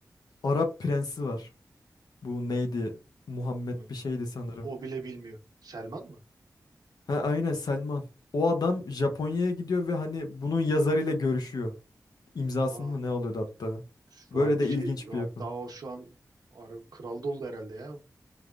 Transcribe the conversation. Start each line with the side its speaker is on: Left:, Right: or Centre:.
Left: Arap prensi var. Bu neydi? Muhammed
Right: Hmm.
Left: bir şeydi sanırım.
Right: O bile bilmiyor. Selman mı?
Left: Ha aynen Selman. O adam Japonya'ya gidiyor ve hani bunun yazarıyla görüşüyor. İmzasını
Right: Aa.
Left: mı ne alıyordu hatta.
Right: Şu
Left: Böyle
Right: an
Left: de
Right: şey
Left: ilginç
Right: hatta
Left: bir yapım.
Right: o şu an ar- kral da oldu herhalde ya.